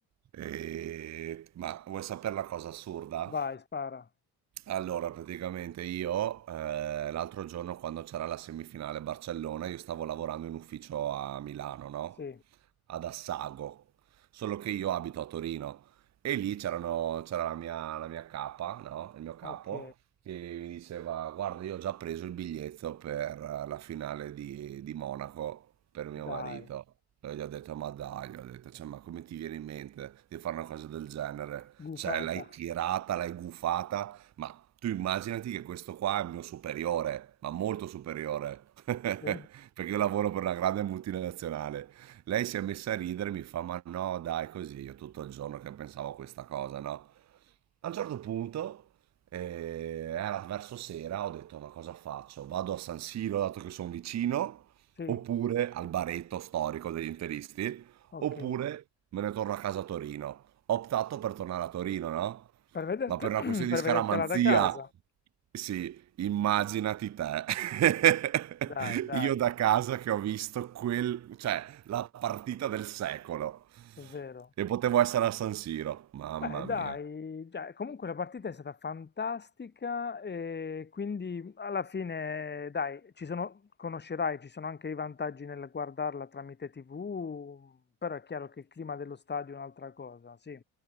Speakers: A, on the right (about 35°); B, on the left (about 25°).
A: E- Ma vuoi sapere la cosa assurda?
B: Vai, spara.
A: Allora, praticamente io eh, l'altro giorno quando c'era la semifinale Barcellona, io stavo lavorando in ufficio a Milano, no?
B: Sì,
A: Ad Assago, solo che io abito a Torino e lì c'erano- c'era la mia, la mia capa, no? Il mio capo
B: ok.
A: che mi diceva, guarda, io ho già preso il biglietto per eh, la finale di, di Monaco per mio
B: Dai.
A: marito. E gli ho detto, ma dai, gli ho detto, "Cioè, ma come ti viene in mente di fare una cosa del genere?
B: Gufata.
A: Cioè, l'hai tirata, l'hai gufata. Ma tu immaginati che questo qua è il mio superiore, ma molto superiore, <laughs> perché
B: Sì,
A: io lavoro per una grande multinazionale. Lei si è messa a ridere e mi fa, ma no, dai, così, io tutto il giorno che pensavo a questa cosa, no? A un certo punto, eh, era verso sera, ho detto, ma cosa faccio? Vado a San Siro, dato che sono vicino,
B: sì.
A: oppure al baretto storico degli interisti,
B: Ok,
A: oppure me ne torno a casa a Torino. Ho optato per tornare a Torino, no?
B: per vederti-
A: Ma per una questione
B: <clears throat> per
A: di scaramanzia,
B: vedertela da casa.
A: sì, immaginati te. <laughs>
B: Dai, dai,
A: Io da casa che ho visto quel, cioè, la partita del secolo.
B: è vero.
A: E potevo essere a San Siro, mamma
B: Beh, dai,
A: mia.
B: cioè, comunque la partita è stata fantastica e quindi alla fine, dai, ci sono, conoscerai, ci sono anche i vantaggi nel guardarla tramite TV, però è chiaro che il clima dello stadio è un'altra cosa, sì.